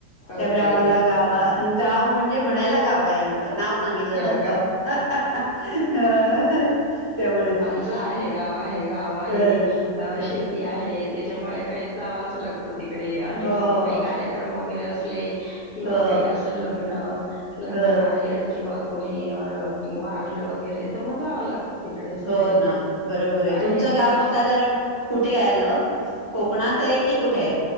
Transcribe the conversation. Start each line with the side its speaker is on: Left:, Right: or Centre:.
Right: त्यामुळे
Left: ओके
Right: आम्हाला गाव गाव म्हणजे म्हणायला गाव आहे आमचं नाव सांगितलं जातं.
Left: हो का
Right: ह हं हं त्यामुळे.
Left: हे गाव आहे हे गाव आहे
Right: अं, हो
Left: शेती आहे त्यांच्यामुळे काही जावंच लागतं. तिकडे आणि
Right: हो
Left: कोणी काही कार्यक्रम वगैरे असले किंवा
Right: हो
Left: काही असं लग्न. लग्न
Right: ह
Left: कार्य किंवा कोणी वारलं वगैरे तर मग जावं लागतं. तिकडे असं
Right: हो
Left: काही-काही.
Right: ना बरोबर आहे
Left: आणि
Right: तुमचं गाव
Left: आत
Right: साधारण कुठे आलं कोकणात आहे की कुठे आहे.